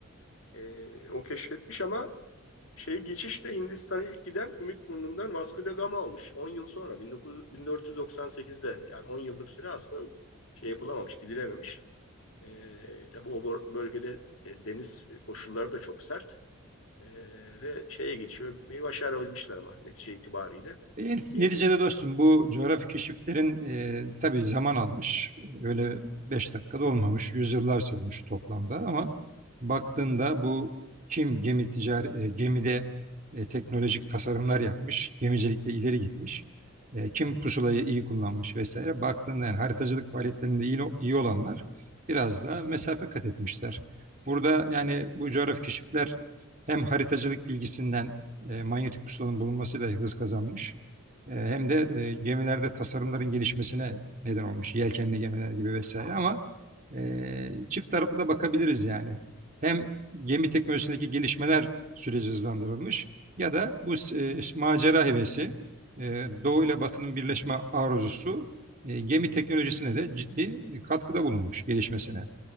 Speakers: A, on the left; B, on the right.
A: E, o keşfetmiş ama şey geçişte Hindistan'a ilk giden Ümit Burnu'ndan Vasco da Gama olmuş. 10 yıl sonra 1900 1498'de yani 10 yıllık süre aslında şey yapılamamış, gidilememiş. E, tabii o bölgede e, deniz koşulları da çok sert. E, ve şeye geçiyor. Bir başarabilmişler ama netice itibariyle.
B: E,
A: İn,
B: Neticede dostum bu coğrafi keşiflerin e, tabii zaman almış. E, Öyle beş dakikada olmamış. Yüzyıllar sürmüş toplamda ama baktığında bu kim gemi ticari, e, gemide e, teknolojik tasarımlar yapmış. Gemicilikte ileri gitmiş. E, kim pusulayı iyi kullanmış vesaire. Baktığında yani haritacılık faaliyetlerinde iyi, iyi olanlar biraz da mesafe kat etmişler. Burada yani bu coğrafi keşifler hem haritacılık bilgisinden e, manyetik pusulanın bulunmasıyla hız kazanmış. E, Hem de e, gemilerde tasarımların gelişmesine neden olmuş. Yelkenli gemiler gibi vesaire ama e, çift taraflı da bakabiliriz yani. Hem gemi teknolojisindeki gelişmeler süreci hızlandırılmış ya da bu e, macera hevesi, e, Doğu ile Batı'nın birleşme arzusu e, gemi teknolojisine de ciddi katkıda bulunmuş gelişmesine.